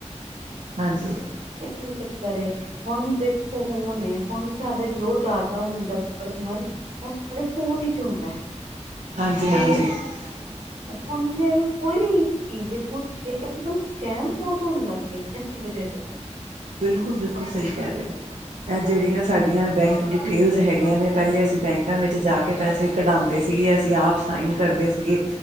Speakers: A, on the right; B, on the right.
A: ਹਾਂਜੀ।
B: ਤੇ, ਕੀ ਚੱਕਰ ਏ। ਹੁਣ ਦੇਖੋ ਫੋਨ ਏ। ਹੁਣ ਸਾਡਾ ਜੋ, ਡਾਟਾ ਹੁੰਦਾ, ਪਰਸਨਲ। ਉ ਸਿਰਫ ਫੋਨ ਵਿਚ ਆਉਂਦਾ ਏ।
A: ਹਾਂਜੀ
B: ਤੇ।
A: <inaudible>
B: ਹੁਣ, ਜਿਵੇਂ ਕੋਈ ਵੀ। ਜੇ ਕੁੱਛ ਅੱਜ ਕੱਲ, ਸਕੈਮ ਬਹੁਤ ਹੋਣ ਲੱਗਗੇ। ਇਸ ਵਜੇ ਤੋਂ।
A: ਬਿਲਕੁਲ- ਬਿਲਕੁਲ, ਸਹੀ ਕਹਿ ਰਹੇ ਹੋ। ਇਹ, ਜਿਹੜੀਆਂ ਸਾਡੀਆਂ, ਬੈਂਕ ਡਿਟੇਲਸ ਹੈਗੀਆਂ, ਨੇ ਪਹਿਲੇ ਅਸੀਂ, ਬੈਂਕਾਂ ਵਿੱਚ ਜਾ ਕੇ। ਕੇ, ਪੈਸੇ ਕਢਾਉਂਦੇ ਸੀ। ਅਸੀਂ, ਆਪ ਸਾਈਨ ਕਰਦੇ ਸੀਗੇ।